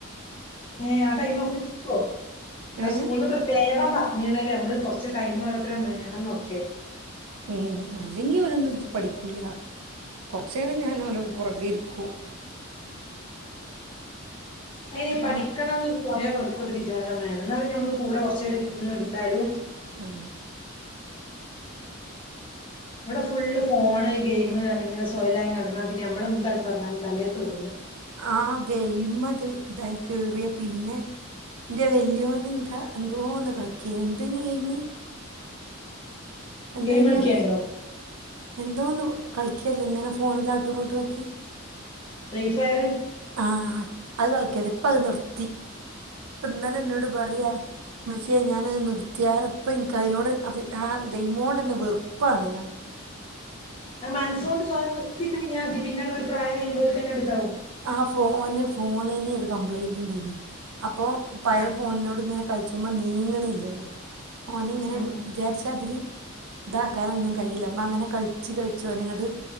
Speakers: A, on the left; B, on the right.
A: ഏഹ ആ ടൈമ ഒക്കെോ അത്
B: ഏ
A: സ്കൂളിന്ന് പ്രത്യേകം പറഞ്ഞ നമ്മള് കൊറച്ച് കഴിഞ്ഞ പോലപ്പുറം വേണംന്നൊക്കെ
B: ഉം അല്ലെങ്കി ഒരൊന്നും പഠിക്കൂല കുറച്ച നേേരം ഞാൻഓല പുറകെ ഇരിക്കും
A: <unintelligible> അയിന
B: അപ്പ
A: പഠിക്കണംന്നൊരു കുയമള്ള ഒരു വിചാരം വേണം എന്നാ നമ്മൾ കൂടെ കുറച്ച നേരെ കിട്ടന്ന എടുത്താലും
B: ആഹ
A: ഇവിടെ ഫുള്ള് ഫോണ് ഗെയിം അ ഇങ്ങനെ സ്വയലായി നടന്നാ പിന്നെ നമ്മള് എന്തായിട്ട പറഞ്ഞാലല് തലയൊക്കെ ഉള്ളൂല്ല
B: ആ ഗെയിമട്ട് ഇതായി ക കേറിയ പിന്നെ എന്റെ വെല്യുന എന്താ എന്തോ ഒന്ന് കളിക്ക എന്തന് ഗെയിമ എന്താ
A: ഗെയിം
B: ഇന
A: കളിക്കേണ്ടോ?
B: പറയാ എന്തോ ഒന്ന് കളിക്കല്ലേ ഇങ്ങനെ ഫോണിലാട്ടുംങ്ങോട്ട് വയ്ക്കി
A: ഫ്രീ ഫയർ
B: ആഹ് അത് കളിക്കല ഇപ്പ അത് നിർത്തി ഇപ്പ എന്നാല എന്നോട് പറയാ മച്ചേ ഞാനത് നിർത്തിയറപ്പം എനിിക്ക അതിനോട് ആ ഗെയിമ കൊണ്ടന്നെ വെറുപ്പാണ്ഞ
A: ആ മനസുകൊണ്ട് സ്വയം നിർത്തി കഴിഞ്ഞാൽ മതി പിന്നെട് ഒരു പ്രായം കഴിയുമ്പോഴേ തന്നെ എടുത്താവോ
B: ആ ഫോ ഫോണിന് ഒരു കംപ്ലൈന്റ് ഉണ്ടനി അപ്പോൊ പയ
A: ആഹ്
B: ഫോണിനോട് ഇങ്ങനെ കളിച്ച്പോ നീങ്ങണില്ലല്ലോ <unintelligible> ഓന ഇങ്ങനെ
A: ഉം ഉം.
B: വിചാരിച്ചാതിരി ഇതാക്കാനൊന്നും കഴിയില്ല അപ്പ അങ്ങനെ കളിച്ചച്ച് കഴിച്ചോ നിങ്ങ്